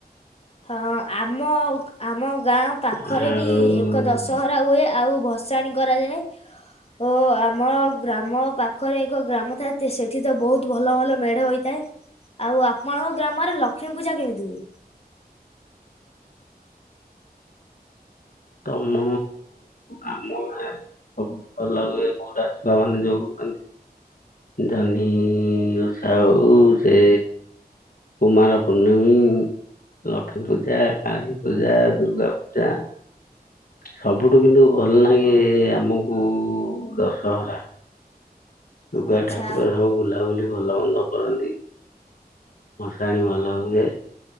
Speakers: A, on the left; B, on the left.
A: ହଁ ଆମ ଆମ ଗାଁ ପାଖରେ
B: ଆଉ
A: ବି ଏକ ଦଶହରା ହୁଏ ଆଉ ଆଉ ଭସାଣି କରାଯାଏ। ଓ ଆମ ଗ୍ରାମ ପାଖରେ ଏକ ଗ୍ରାମ ଥାଏ ସେଠି ତ ବହୁତ ଭଲ ଭଲ ମେଢ ହୋଇଥାଏ। ଆଉ ଆପଣଙ୍କ ଗ୍ରାମରେ ଲକ୍ଷ୍ମୀ ପୂଜା କେମିତି ହୁଏ?
B: ତମ ଆମ ଗାଁରେ ସବୁଠୁ ଭଲ ହୁଏ କୋଉଠା ଛୁଆ ମାନେ ଯୋଉ କରନ୍ତି ଜହ୍ନି ଓସା ହଉ ସେ କୁମାର ପୂର୍ଣ୍ଣମୀ ଲକ୍ଷ୍ମୀପୂଜା, କାଳୀପୂଜା, ଦୁର୍ଗାପୂଜା ସବୁଠୁ କିନ୍ତୁ ଭଲ ନାଗେ ଆମକୁ ଦଶହରା। ଦୁର୍ଗା
A: ଆଚ୍ଛା
B: ଠାକୁର ସବୁ ବୁଲାବୁଲି ଭଲମନ୍ଦ କରନ୍ତି। ଭସାଣି ଭଲ ହୁଏ